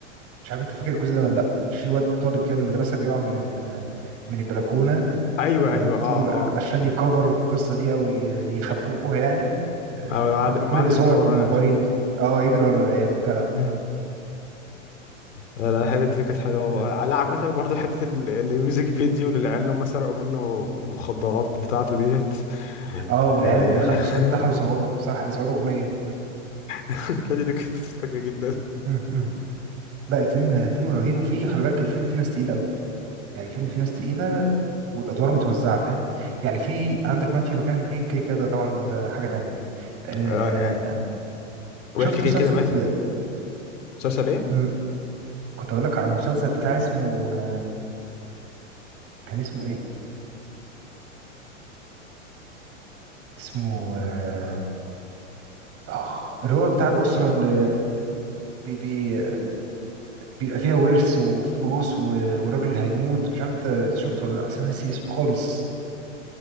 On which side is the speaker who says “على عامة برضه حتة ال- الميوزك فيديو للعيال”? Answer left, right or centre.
Left